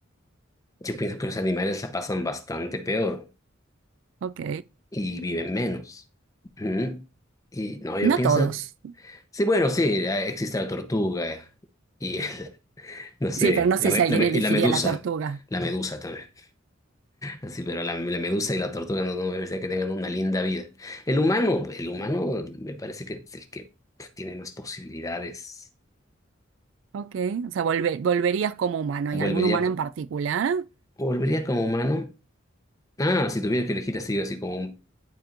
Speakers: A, on the left (about 15°); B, on the right (about 65°).
A: yo pienso que los animales la pasan bastante peor.
B: Ok.
A: y viven menos. Ujú. Y no, yo
B: No
A: pienso,
B: todos.
A: sí, bueno, sí, eh, existe la tortuga eh, y, <laughs> no sé,
B: Sí, pero no sé
A: la, me-
B: si alguien
A: la me-
B: elegiría
A: y la medusa,
B: la tortuga.
A: la medusa también. Ah, Sí, pero la, la medusa y la tortuga no, no me parece que tengan una linda vida. El humano, el humano me parece que es el que pf, tiene más posibilidades.
B: Ok. O sea, volve- volverías como humano. ¿Y
A: Volvería,
B: algún humano
A: co-
B: en particular?
A: volvería como humano. Ah, si tuviera que elegir así, así como un,